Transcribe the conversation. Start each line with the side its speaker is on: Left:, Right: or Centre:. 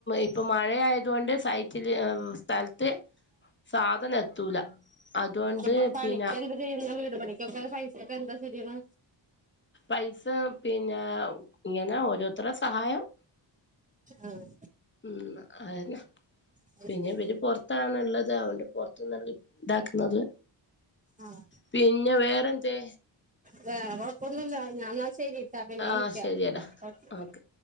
Left: ഇപ്പൊ മഴയായതുകൊണ്ട് സൈറ്റില് സ്ഥലത്ത് സാധനം എത്തൂല അതുകൊണ്ട്
Right: അപ്പ പണിക്ക്
Left: പിന്നെ
Right: എന്താ ചെയ്യുണെ വീട് പണിക്കൊക്കെ പൈസൊക്കെ എന്താ ചെയ്യണെ
Left: പൈസ പിന്നാ ഇങ്ങനെ ഓരോരുത്തരെ സഹായം
Right: ആഹ്
Left: മ്മ് അതനെ
Right: അത്
Left: പിന്നെ
Right: ശരി
Left: ഇവര് പൊർത്താണ് ഒള്ളത് അവോണ്ട് പൊർത്ത്ന്നാവര് ഇതാക്കുന്നത്
Right: ആഹ്
Left: പിന്നെ വേറെന്തേ
Right: വേറെ കൊഴപ്പൊന്നുല്ല ഞൻ ന്നാ ശരിട്ടാ പിന്നെ
Left: ആഹ്
Right: വിളിക്കാ
Left: ശരിയടാ
Right: ഓകെ
Left: ഓക്കെ